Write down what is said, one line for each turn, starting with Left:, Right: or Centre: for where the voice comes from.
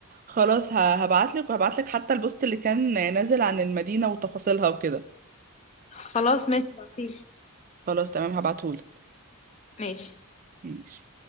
Right: خلاص هبعت لك وهبعت لك حتى البوست اللي كان نازل عن المدينه وتفاصيلها وكده
Left: خلاص ماشي بعتيلي
Right: خلاص تمام هبعتهولك
Left: ماشي
Right: ماشي